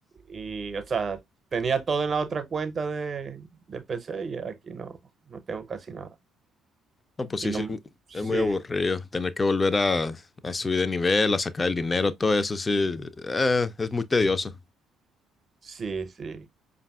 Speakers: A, on the right (about 35°); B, on the left (about 30°).
A: y, o sea, tenía todo en la otra cuenta de, de PC y aquí no, no tengo casi nada.
B: No, pues
A: Y
B: sí,
A: no,
B: sí,
A: sí,
B: es muy aburrido. Tener que volver a, a subir de nivel, a sacar el dinero, todo eso sí, eh, es muy tedioso.
A: sí, sí.